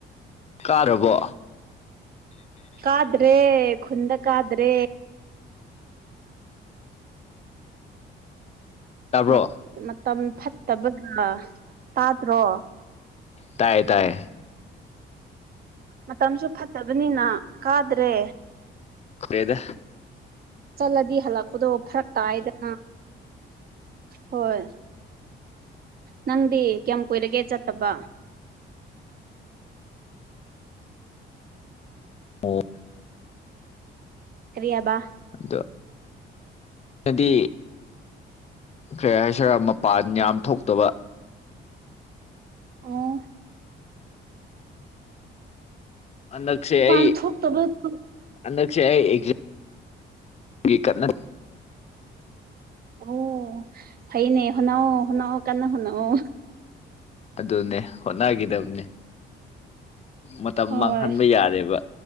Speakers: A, on the left; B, on the right.
A: ꯀꯥꯔꯕꯣ
B: ꯀꯥꯗ꯭ꯔꯦ ꯈꯨꯟꯗ ꯀꯥꯗ꯭ꯔꯦ
A: ꯇꯥꯕ꯭ꯔꯣ
B: ꯃꯠ ꯃꯇꯝ ꯐꯠꯇꯕꯒ ꯇꯥꯗ꯭ꯔꯣ
A: ꯇꯥꯏ ꯇꯥꯌꯦ
B: ꯃꯇꯝꯁꯨ ꯐꯠꯇꯕꯅꯤꯅ ꯀꯥꯗ꯭ꯔꯦ
A: ꯈꯣꯌꯦꯗ
B: ꯆꯠꯂꯗꯤ ꯍꯜꯂꯛꯄꯗꯣ ꯐꯔꯛ ꯇꯥꯏꯌꯦꯗꯅ ꯍꯣꯏ ꯅꯪꯗꯤ ꯀꯌꯥꯝ ꯀꯨꯏꯔꯒꯦ ꯆꯠꯇꯕ
A: ꯑꯣ
B: ꯀꯔꯤꯌꯥꯕ
A: ꯑꯗꯣ ꯑꯥꯏꯗꯤ ꯀꯩ ꯍꯥꯏꯁꯤꯔ ꯃꯄꯥꯟ ꯌꯥꯝ ꯊꯣꯛꯇꯕ
B: ꯑꯣ
A: ꯑꯟꯗꯛꯁꯦ
B: ꯃꯄꯥꯟ
A: ꯑꯩ
B: ꯊꯣꯛꯇꯕꯗꯣ
A: ꯑꯟꯗꯛꯁꯦ ꯑꯩ ꯑꯦꯛꯖ ꯒꯤ ꯀꯟꯅ
B: ꯑꯣ ꯐꯩꯅꯦ ꯍꯣꯅꯑꯣ ꯍꯣꯅꯑꯣ ꯀꯟꯅ ꯍꯣꯅꯑꯣ
A: ꯑꯗꯨꯅꯦ ꯍꯣꯠꯅꯒꯤꯗꯕꯅꯦ ꯃꯇꯝ
B: ꯍꯣꯏ
A: ꯃꯥꯡꯍꯟꯕ ꯌꯥꯔꯦꯕ